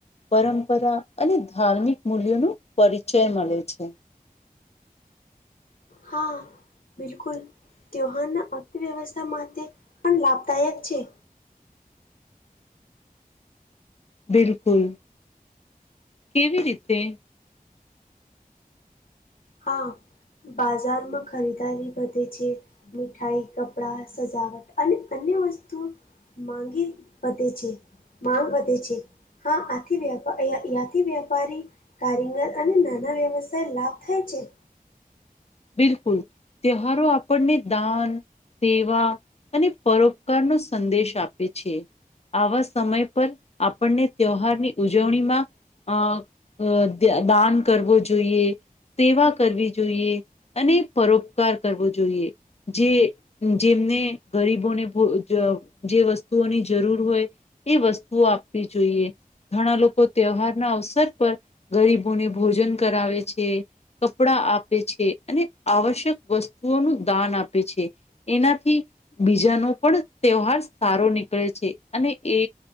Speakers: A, on the left; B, on the left.
A: પરંપરા અને ધાર્મિક મૂલ્યોનું પરિચય મલે છે.
B: હા, બિલકુલ. ત્યહારના અર્થવ્યવસ્થા માતે પણ લાભદાયક છે.
A: બિલકુલ. કેવી રીતે?
B: હા, બાજારમાં ખરીદારી બધે છે. મીઠાઈ, કપડા, સજાવટ અને અન્ય વસ્તુઓ માંગી વધે છે. માંગ વધે છે. હા આથી વપ યાથી વ્યાપારી, કારીગર અને નાના વ્યવસાય લાભ થાય છે.
A: બિલકુલ, તેહવારો આપણને દાન સેવા અને પરોપકાર નો સંદેશ આપે છે. આવા સમય પર આપણને ત્યોહારની ઉજવણીમાં અ અ દાન કરવો જોઈએ, સેવા કરવી જોઈએ. અને પરોપકાર કરવો જોઈએ. જે જેમને ગરીબોને ભોજ જે વસ્તુઓની જરૂર હોય એ વસ્તુઓ આપવી જોઈએ. ઘણા લોકો ત્યોહારના અવસર પર ગરીબોને ભોજન કરાવે છે. કપડા આપે છે અને આવશ્યક વસ્તુઓનું દાન આપે છે. એનાથી બીજાનો પણ ત્યોહાર સારો નીકળે છે અને એ